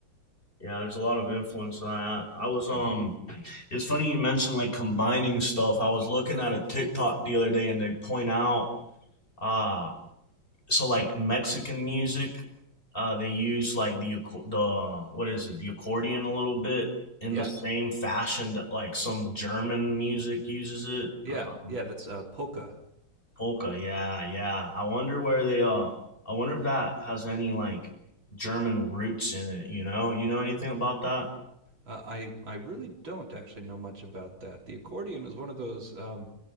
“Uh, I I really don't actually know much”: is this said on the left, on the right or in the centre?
Right